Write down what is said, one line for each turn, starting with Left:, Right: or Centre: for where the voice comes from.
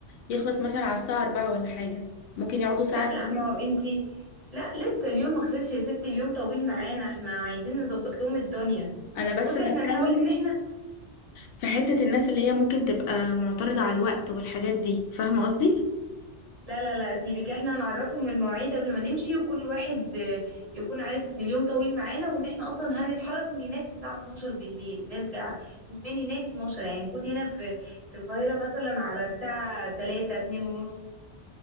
Left: يخلص مثلا على الساعة 4 ولا حاجة ممكن يقعدوا ساعة
Right: لا لا
Left: كمان
Right: ما هو انتي لا لسه اليوم ما خلصش يا ستي اليوم طويل معانا احنا عايزين نظبط لهم الدنيا
Left: انا بس
Right: بصي
Left: بتكلم
Right: احنا نحاول ان احنا
Left: في حتة الناس اللي هي ممكن تبقى معترضة على الوقت والحاجات دي فاهمة قصدي
Right: لا لا لا سيبك احنا نعرفهم المواعيد قبل ما نمشي وكل واحد آه، يكون عارف ان اليوم طويل معانا وان احنا اصلا هنتحرك من هناك الساعة 12 بالليل نرجع من هناك 12 يعني نكون هنا في في القاهرة مثلا على الساعة 3 2 ونص